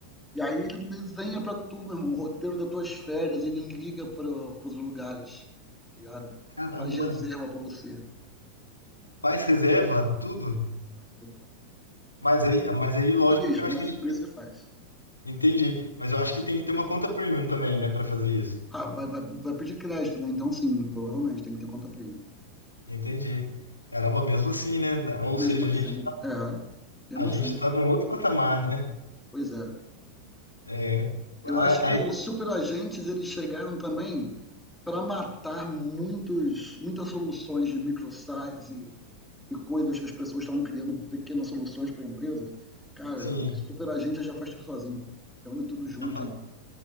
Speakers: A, in the centre; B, on the left.
A: E aí ele desenha para tu, meu irmão, o roteiro das tuas férias, ele liga pro, pros lugares, tá ligado?
B: Caramba.
A: Faz reserva para você.
B: Faz reserva, tudo.
A: Pô, cara,
B: Mas
A: Eu não
B: aí, mas
A: sei
B: aí, lógico
A: português,
B: que eu
A: mas
B: acho que já
A: em inglês ele faz.
B: entendi. Mas eu acho que tem que ter uma conta premium também, né, para fazer isso.
A: Ah, vai, vai, vai pedir crédito, né? Então sim, provavelmente tem que ter conta premium.
B: Entendi. Caramba, mesmo assim, né? Ou
A: Mesmo
B: seja,
A: assim,
B: a gente, tá,
A: é, mesmo
B: a gente
A: assim,
B: tá num outro patamar, né?
A: pois é.
B: É.
A: Eu
B: A-
A: acho que
B: Aí,
A: os superagentes eles chegaram também para matar muitos, muitas soluções de microsize e, e coisas que as pessoas estavam criando pequenas soluções para empresas. Cara,
B: sim.
A: superagente já faz tudo sozinho, reúne tudo junto
B: Já fa-
A: e